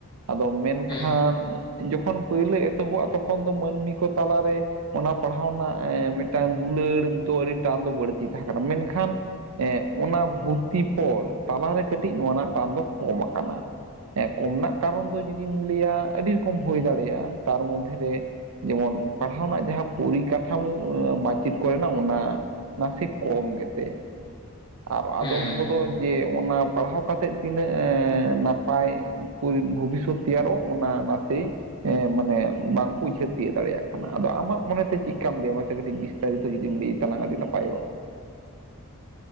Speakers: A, on the right; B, on the left.
A: ᱟᱫᱚ ᱢᱮᱱ ᱠᱷᱟᱱ
B: ᱦᱮᱸ
A: ᱡᱚᱠᱷᱚᱱ ᱯᱟᱹᱭᱞᱟᱹ ᱮᱛᱚᱦᱚᱵᱚᱜᱼᱟ ᱛᱚᱠᱷᱚᱱ ᱫᱚ ᱢᱟᱹᱱᱢᱤ ᱠᱚ ᱛᱟᱞᱟ ᱨᱮ ᱚᱱᱟ ᱯᱟᱲᱦᱟᱣ ᱨᱮᱱᱟᱜ ᱮᱸ ᱢᱤᱫᱴᱟᱝ ᱫᱩᱞᱟᱹᱲ ᱫᱚ ᱟᱹᱰᱤ ᱴᱟᱱ ᱫᱚ ᱵᱟᱹᱲᱛᱤ ᱛᱟᱦᱮᱸ ᱠᱟᱱᱟ ᱢᱮᱱᱠᱷᱟᱱ ᱮᱸ ᱚᱱᱟ ᱵᱷᱩᱛᱛᱤ ᱯᱚᱨ ᱛᱟᱞᱟᱨᱮ ᱠᱟᱹᱴᱤᱡ ᱱᱚᱣᱟ ᱨᱮᱱᱟᱜ ᱴᱟᱱ ᱫᱚ ᱠᱚᱢ ᱟᱠᱟᱱᱟ᱾ ᱦᱮᱸ ᱠᱚᱢ ᱱᱟᱜ ᱠᱟᱨᱚᱱ ᱫᱚ ᱡᱩᱫᱤᱢ ᱞᱟᱹᱭᱟ ᱟᱹᱰᱤ ᱨᱚᱠᱚᱢ ᱦᱩᱭ ᱫᱟᱲᱮᱭᱟᱜᱼᱟ, ᱛᱟᱨ ᱢᱚᱫᱽᱫᱷᱮ ᱨᱮ ᱡᱮᱢᱚᱱ ᱯᱟᱲᱦᱟᱣ ᱨᱮᱱᱟᱜ ᱡᱟᱦᱟᱸ ᱯᱚᱨᱤᱠᱟᱴᱷᱟᱢᱳ ᱮᱸ ᱢᱟᱪᱮᱫ ᱠᱚᱨᱮᱱᱟᱜ ᱚᱱᱟ ᱱᱟᱥᱮ ᱠᱚᱢ ᱜᱮᱛᱮ, ᱟᱨ
B: ᱦᱮᱸ
A: ᱟᱫᱚᱢ ᱠᱚᱫᱚ
B: ᱦᱮᱸ
A: ᱡᱮ ᱚᱱᱟ ᱯᱟᱲᱦᱟᱣ ᱠᱟᱛᱮᱫ ᱛᱤᱱᱟᱹᱜ ᱮᱸ ᱱᱟᱯᱟᱭ ᱯᱚᱨᱤ ᱵᱷᱚᱵᱤᱥᱥᱚᱛ ᱛᱮᱭᱟᱨᱚᱜ ᱚᱱᱟ ᱱᱟᱥᱮ ᱮᱸ ᱢᱟᱱᱮ ᱵᱟᱝᱠᱚ ᱩᱭᱦᱟᱹᱨ ᱛᱤᱭᱳᱜ ᱫᱟᱲᱮᱭᱟᱜ ᱠᱟᱱᱟ᱾ ᱟᱫᱚ ᱟᱢᱟᱜ ᱢᱚᱱᱮ ᱛᱮ ᱪᱮᱫᱠᱟᱢ ᱞᱟᱹᱭᱟ ᱢᱟᱥᱮ ᱠᱟᱹᱴᱤᱡ ᱵᱤ ᱛᱟᱨᱤᱛᱚ ᱡᱩᱫᱤᱢ ᱞᱟᱹᱭ ᱛᱞᱟᱝᱟ ᱟᱹᱰᱤ ᱱᱟᱯᱟᱭᱚᱜ-ᱟ᱾